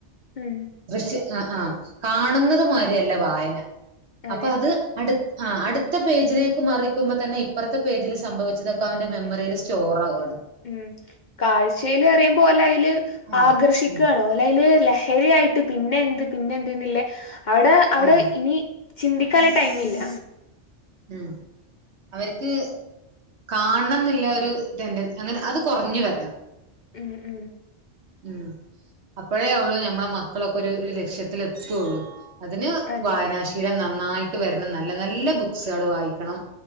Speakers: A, on the left; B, on the right.
A: ഉം
B: ദൃശ്യ ആഹ് ആഹ് കാണുന്നത് മാരിയല്ല വായന
A: അതെ
B: അപ്പൊ അത് അടു ആഹ് അടുത്ത പേജിലേക്ക് മറിക്കുമ്പോ തന്നെ ഇപ്പറത്തെ പേജിൽ സംഭവിച്ചതൊക്കെ അവന്റെ മെമ്മറിയിൽ സ്റ്റോർ ആവാണ്
A: ഉം കാഴ്ചയിൽ അറിയുമ്പോ ഓല് അയ്ല്
B: ഉം
A: ആകർഷിക്കാണ്
B: ഉം
A: ഓലയില് ലഹരിയായിട്ട് പിന്നെ എന്ത് പിന്നെ എന്തന്നില്ലേ അവിടെ അവിടെ
B: ആ
A: ഇനി ചിന്തിക്കാല്ലെ ടൈമ് ഇല്ല
B: ഉം അവർക്ക് കാണണന്നില്ല ഒരു ടെൻടൻ അങ്ങനെ അത് കൊറഞ്ഞു വരണം
A: ഉം ഉം
B: ഉം അപ്പഴേ ഉള്ളു ഞമ്മളെ മക്കളൊക്കെ ഒരു ലക്ഷ്യത്തില് എത്തുള്ളൂ അതിന്
A: അതെ
B: വായനാശീലം നന്നായിട്ട് വരണം നല്ല നല്ല ബുക്സുകൾ വായിക്കണം